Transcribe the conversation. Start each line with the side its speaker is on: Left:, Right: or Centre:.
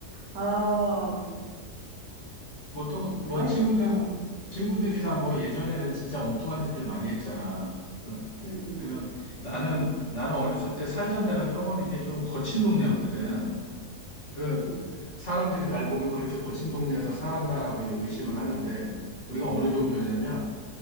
Right: 아, 음,
Left: 보통 뭐
Right: 뭐가
Left: 친구들
Right: 있을까?
Left: 친구들이랑
Right: 응응
Left: 뭐 예전에는 진짜 엉뚱한 짓들 많이 했잖아. 뭐,
Right: 응응
Left: 그래서 나는 나는 어렸을 때 살던 데가 조금 이게 조금 거친 동네였거든. 그
Right: 응응
Left: 사람들이 날 보면 그렇게 거친 동네에서 살았나라고 이제 의심을 하는데 우리가 어느 정도였냐면